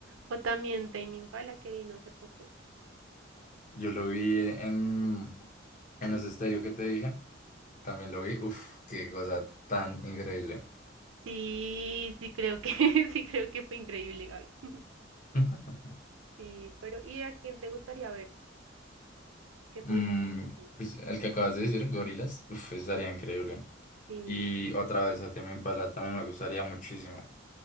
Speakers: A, on the right; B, on the left.
A: o también Tame Impala que vino hace poco.
B: Yo lo vi en, en los estéreo que te dije. También lo vi. Uf, qué cosa tan increíble.
A: Sí, sí creo que, <laughs> sí creo que fue increíble, Gaby. <laughs>
B: <laughs>
A: Sí, pero ¿y a quién te gustaría ver? ¿Qué pudiera
B: Mm,
A: ver?
B: pues, el que acabas de decir, gorilas, uf, estaría increíble.
A: Sí,
B: Y otra vez a Tame Impala también me gustaría muchísimo.